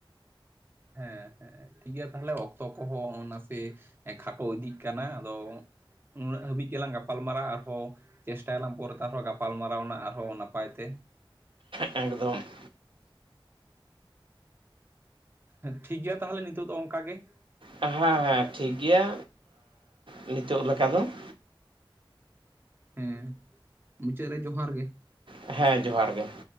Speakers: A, on the right (about 25°); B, on the right (about 70°).
A: ᱦᱮᱸᱦ ᱦᱮᱸ ᱾ ᱴᱷᱤᱠ ᱜᱮᱭᱟ ᱛᱟᱦᱞᱮ ᱚᱠᱛᱚ ᱠᱚᱦᱚᱸ ᱱᱟᱥᱮᱹ ᱮᱸ ᱠᱷᱟᱴᱚ ᱤᱫᱤᱜ ᱠᱟᱱᱟ ᱟᱫᱚ ᱩᱱᱟᱹᱜ ᱦᱟᱹᱵᱤᱡ ᱜᱮᱞᱟᱝ ᱜᱟᱯᱟᱞᱢᱟᱨᱟᱜ ᱟᱨᱦᱚ ᱪᱮᱥᱴᱟᱭ ᱟᱞᱟᱝ ᱯᱚᱨᱮᱛᱮ ᱟᱨᱦᱚᱸ ᱜᱟᱯᱟᱞ ᱢᱟᱨᱟᱣᱱᱟᱜ ᱟᱨᱦᱚᱸ ᱱᱟᱯᱟᱭ ᱛᱮ ᱾
B: ᱦᱮᱸᱜ ᱮᱠᱫᱚᱢ ᱾
A: ᱦᱮ, ᱴᱷᱤᱠ ᱜᱮᱭᱟ ᱛᱟᱦᱞᱮ ᱱᱤᱛᱚᱜ ᱫᱚ ᱚᱝᱠᱟ ᱜᱮ ᱾
B: ᱦᱮᱸ ᱦᱮᱸ ᱴᱷᱤᱠ ᱜᱮᱭᱟ ᱮᱸ ᱱᱤᱛᱚᱜ ᱞᱮᱠᱟ ᱫᱚ ᱾
A: ᱦᱮᱸ, ᱢᱩᱪᱟᱹᱫ ᱨᱮ ᱡᱚᱦᱟᱨ ᱜᱮ ᱾
B: ᱦᱮᱸ, ᱡᱚᱦᱟᱨ ᱜᱮ ᱾